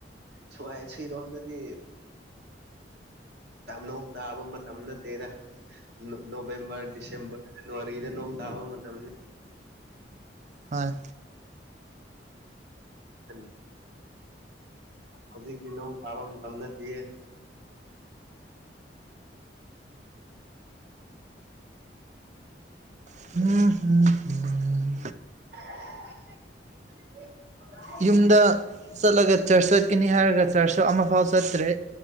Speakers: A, on the right; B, on the right.
A: ꯁꯉꯥꯏ ꯁꯤꯔꯣꯝꯅꯗꯤ ꯅꯧ ꯇꯥꯕ ꯃꯇꯝ ꯅꯠꯇꯦꯗ ꯅꯣꯕꯦꯝꯕꯔ ꯗꯤꯁꯦꯝꯕꯔ ꯖꯅꯋꯥꯔꯤꯗ ꯅꯣꯡ ꯇꯥꯕ ꯃꯇꯝꯅꯤ
B: ꯍꯣꯏ
A: ꯎꯝ ꯍꯧꯖꯤꯛꯇꯤ ꯅꯣꯡ ꯇꯥꯕ ꯃꯇꯝ ꯅꯠꯇꯦ <inaudible>
B: ꯎꯝ
A: <unintelligible>
B: ꯌꯨꯝꯗ ꯆꯠꯂꯒ ꯆꯔꯆ ꯆꯠꯀꯅꯤ ꯍꯥꯏꯔꯒ ꯆꯔꯆꯁꯨ ꯑꯃꯐꯥꯎ ꯆꯠꯇ꯭ꯔꯦ